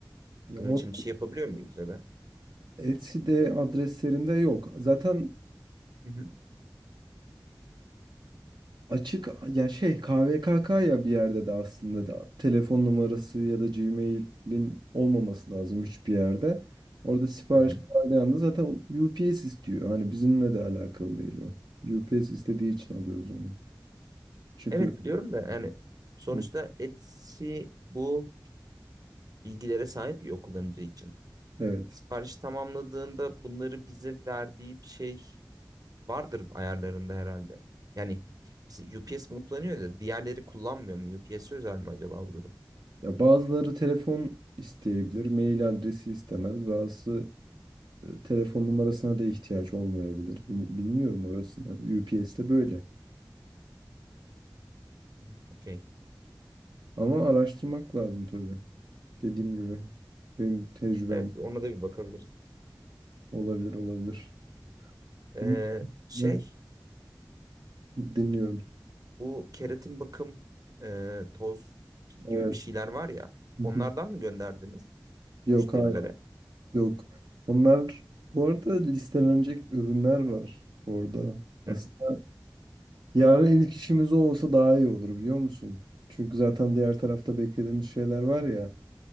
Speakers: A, on the right (about 75°); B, on the right (about 50°).
A: Ya
B: Bunun
A: or
B: için bir şey yapabiliyor muyuz ya da?
A: Etsy'de adreslerinde yok. Zaten
B: Hı hı,
A: Açık ya şey KVKK ya bir yerde de aslında da telefon numarası ya da Gmail'in olmaması lazım hiçbir yerde. Orada sipariş
B: hı hı.
A: verdiği anda zaten UPS istiyor. Hani bizimle de alakalı değil o. UPS istediği için alıyoruz onu. Çünkü
B: Evet biliyorum da yani sonuçta
A: hı,
B: Etsy bu bilgilere sahip bir kullanıcı için.
A: evet.
B: Sipariş tamamladığında bunları bize verdiği bir şey vardır ayarlarında herhalde. Yani mesela UPS bunu kullanıyor da diğerleri kullanmıyor mu? UPS özel mi acaba bu durum?
A: Ya bazıları telefon isteyebilir, mail adresi istemez. Bazısı e, telefon numarasına da ihtiyaç olmayabilir. Bil- Bilmiyorum orasını. UPS'te böyle.
B: Hmm, Okey.
A: Ama araştırmak lazım tabii. Dediğim gibi benim tecrübem
B: Evet ona da bir bakabiliriz.
A: olabilir olabilir.
B: Ee,
A: Bunu
B: şey
A: da dinliyorum.
B: Bu keratin bakım e, toz gibi
A: Evet.
B: bir şeyler var ya.
A: Hı
B: Onlardan
A: hı.
B: mı gönderdiniz
A: Yok
B: müşterilere?
A: hayır. Yok. Onlar bu arada listelenecek ürünler var orada.
B: Hı
A: Aslında
B: hı.
A: yarın ilk işimiz o olsa daha iyi olur biliyor musun? Çünkü zaten diğer tarafta beklediğimiz şeyler var ya